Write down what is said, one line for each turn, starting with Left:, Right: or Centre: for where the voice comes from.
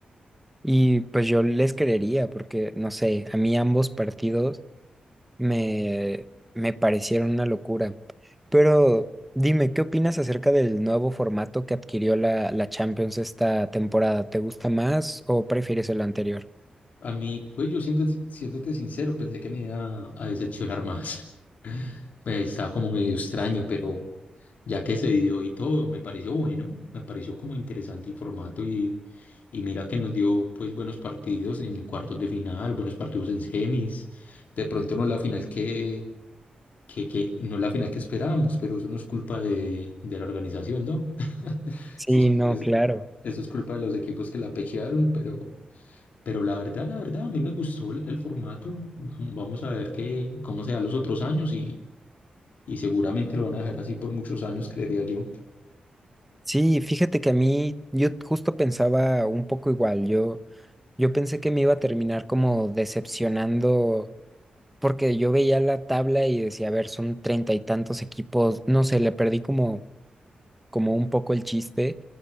Centre: Y pues yo les creería porque, no sé, a mí ambos partidos me, me parecieron una locura. Pero dime, ¿qué opinas acerca del nuevo formato que adquirió la, la Champions esta temporada? ¿Te gusta más o prefieres el anterior?
Left: A mí, pues yo siento, siéndote sincero, pensé que me iba a a decepcionar más. Pues estaba como medio extraño, pero ya que se dio y todo, me pareció bueno, me pareció como interesante el formato y, y mira que nos dio pues buenos partidos en cuartos de final, buenos partidos en semis, de pronto no la final que, que, que no la final que esperábamos, pero eso no es culpa de, de la organización, ¿no? <laughs>
Centre: Sí,
Left: Eso es,
Centre: no,
Left: es-
Centre: claro.
Left: eso es culpa de los equipos que la pechearon, pero, pero la verdad, la verdad, a mí me gustó el, el formato. Vamos a ver qué, cómo se da los otros años y seguramente lo van a dejar así por muchos años, creería yo.
Centre: Sí, fíjate que a mí, yo justo pensaba un poco igual, yo, yo pensé que me iba a terminar como decepcionando, porque yo veía la tabla y decía, a ver, son treinta y tantos equipos, no sé, le perdí como como un poco el chiste,